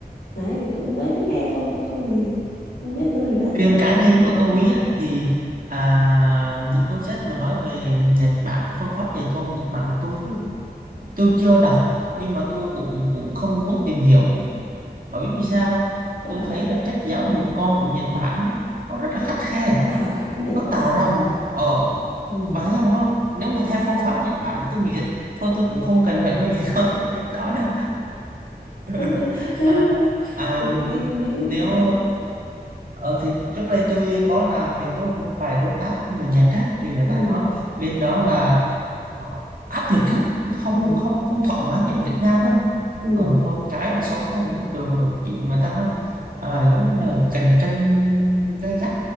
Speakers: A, on the left; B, on the right.
A: đấy thì tôi mới có nghe thôi chứ tôi thì không biết tôi rồi đấy
B: riêng cá nhân của tôi
A: Ừ.
B: á, thì à, những cuốn sách mà nói về Nhật Bản phương pháp dạy công Nhật Bản tôi
A: ừ.
B: tôi chưa đọc nhưng mà tôi cũng cũng không muốn tìm hiểu bởi vì vì sao không?
A: Ờ,
B: tôi thấy là cách giáo dục con của Nhật Bản á, nó rất là
A: ờ.
B: khắt khe
A: à khắc nghiệt
B: nó
A: quá
B: tạo
A: hả
B: ra một ờ
A: ừ.
B: bà thấy không nó nếu mà theo phương pháp Nhật Bản tôi nghĩ thôi tôi cũng không cần phải nuôi dạy <laughs> con theo cách đó đâu <laughs>
A: <laughs>
B: à, à,
A: tự tin dữ
B: nếu
A: ta
B: Ờ, thì trước đây tôi có làm việc với một vài đối tác mà nhật khác thì người
A: ừ
B: ta nói bên đó là ờ, áp lực lắm nó không
A: ừ
B: không không thoải mái như ở Việt Nam đâu
A: ừ
B: ờ, con cái là sống trong một môi trường mà chuyện mà ta nói là à, giống là cạnh tranh gay gắt